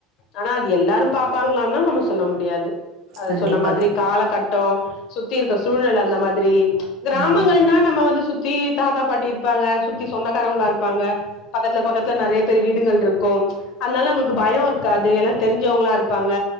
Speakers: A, on the left (about 60°); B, on the right (about 60°).
A: ஆனா அது எல்லாரு பாப்பாங்களான்னா நம்ம சொல்ல முடியாது அது
B: கண்டிப்பா
A: சொன்ன மாதிரி
B: தோழி.
A: கால கட்ட ட்டோ சுத்தி இருக்கிற சூழ்நிலே அந்த மாதிரி கிராமங்கள்னா
B: ம்.
A: நம்ம வந்து சுத்தி தாத்தா பாட்டி இருப்பாங்க சுத்தி சொந்தக்காரவுங்களா இருப்பாங்க பக்கத்துல பக்கத்துல நெறைய பேர் வீடுகள் இருக்கு அதுனால நம்மளுக்கு பயோ இருக்க காது எல்லா தெரிஞ்சவங்களா இருப்பாங்க